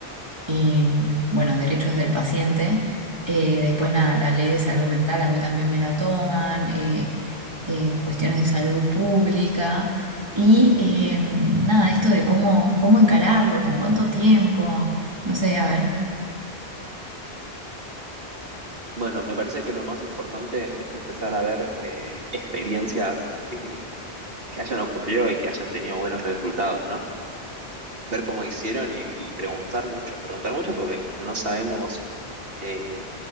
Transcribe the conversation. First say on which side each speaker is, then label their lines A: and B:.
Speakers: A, on the right; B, on the right.
A: y bueno, derechos del paciente. Eh, después nada, la ley de salud mental a mí también me la toman, eh, eh, cuestiones de salud pública y eh, nada, esto de cómo, cómo encararlo, con cuánto tiempo, no sé, a ver.
B: Bueno, me parece que lo más importante es empezar a ver eh, experiencias que, que hayan ocurrido y que hayan tenido buenos resultados, ¿no? Ver cómo hicieron y, y preguntar mucho. Preguntar mucho porque no sabemos eh,